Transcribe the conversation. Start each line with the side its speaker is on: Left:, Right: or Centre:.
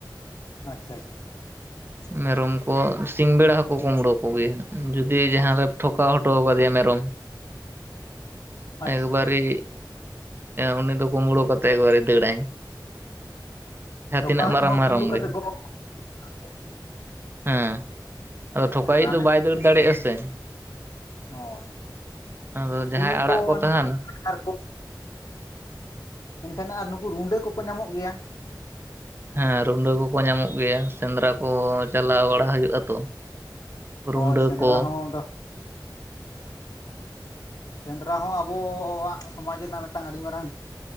Left: ᱟᱪᱪᱷᱟ ᱟᱪᱪᱷᱟ᱾
Right: ᱢᱮᱨᱚᱢ ᱠᱚ ᱥᱤᱝ ᱵᱮᱲᱟ ᱦᱚᱸᱠᱚ ᱠᱩᱢᱲᱩ ᱠᱚᱜᱮᱭᱟ ᱡᱩᱫᱤ ᱡᱟᱦᱟᱸ ᱨᱮᱢ ᱴᱷᱚᱠᱟᱣ ᱦᱚᱴᱚ ᱠᱟᱫᱮᱭᱟ ᱢᱮᱨᱚᱢ᱾
Left: ᱟᱪᱪᱷᱟ
Right: ᱮᱠᱵᱟᱨᱮ ᱩᱱᱤ ᱫᱚ ᱠᱳᱢᱲᱳ ᱠᱟᱛᱮ ᱮᱠᱵᱟᱨᱮ ᱫᱟᱹᱲᱟᱭ᱾ ᱡᱟᱦᱟ
Left: ᱴᱷᱚᱠᱟᱣᱤᱡ
Right: ᱛᱤᱱᱟᱹᱜ ᱢᱟᱨᱟᱝ
Left: ᱦᱚᱸ
Right: ᱢᱮᱨᱚᱢ
Left: ᱠᱩᱢᱵᱽᱲᱩ ᱠᱟᱛᱮ
Right: ᱜᱮ᱾
Left: ᱠᱚ ᱟᱪᱪᱷᱟ
Right: ᱦᱮᱸ ᱟᱫᱚ ᱴᱷᱚᱠᱟᱹᱣᱤᱡ
Left: ᱟᱪᱪᱷᱟ ᱛᱟᱦᱚᱞᱮ
Right: ᱫᱚ ᱵᱟᱭ ᱫᱟᱹᱲ ᱫᱟᱲᱮᱜ-ᱟ ᱥᱮ᱾
Left: ᱦᱚᱭ
Right: ᱟᱫᱚ ᱡᱟᱦᱟᱸᱭ
Left: ᱛᱩᱭᱩ
Right: ᱟᱲᱟᱜ
Left: ᱠᱚ
Right: ᱛᱟᱦᱮᱱᱟ
Left: ᱟᱨᱠᱚ ᱮᱱᱠᱷᱟᱱ ᱟᱨ ᱱᱩᱠᱩ ᱨᱩᱸᱰᱟᱹ ᱠᱚᱠᱚ ᱧᱟᱢᱚᱜ ᱜᱮᱭᱟ?
Right: ᱦᱮᱸ ᱨᱩᱸᱰᱟᱹ ᱠᱚᱠᱚ ᱧᱟᱢᱚᱜ ᱜᱮᱭᱟ ᱥᱮᱸᱫᱽᱨᱟ ᱠᱚ ᱪᱟᱞᱟᱣ ᱵᱟᱲᱟᱜ ᱦᱩᱭᱩᱜ-ᱟ ᱛᱚ᱾ ᱨᱩᱰᱟᱹ
Left: ᱦᱳᱭ ᱥᱮᱸᱫᱽᱨᱟ
Right: ᱠᱚ
Left: ᱦᱚᱸ ᱟᱫᱚ ᱥᱮᱸᱫᱽᱨᱟ ᱦᱚᱸ ᱟᱵᱚᱣᱟᱜ ᱥᱚᱢᱟᱡᱽ ᱨᱮᱱᱟᱜ ᱢᱤᱫᱴᱟᱝ ᱟᱹᱰᱤ ᱢᱟᱨᱟᱝ